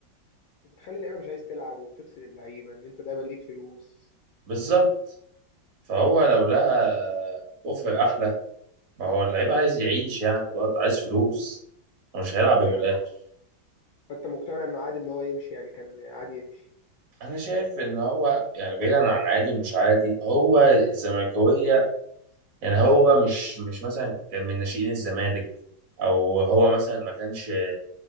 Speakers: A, on the left (about 65°); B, on the right (about 55°).
A: وبتخلي اللعيبه مش عايز تلعب وبتفصل اللعيبه ان انت دايما ليك فلوس
B: بالظبط فهو لو
A: م.
B: لقى اوفر احلى ما هو اللعيب عايز يعيش يعني برضه عايز فلوس هو مش هيلعب
A: ايوه
B: ببلاش
A: انا فانت مقتنع انه عادي ان هو يمشي يعني كان عادي يمشي
B: انا شايف ان هو يعني بعيدا عن عادي ومش عادي هو الزملكاويه يعني هو مش مش مثلا كان من ناشئين الزمالك او هو مثلا ما كانش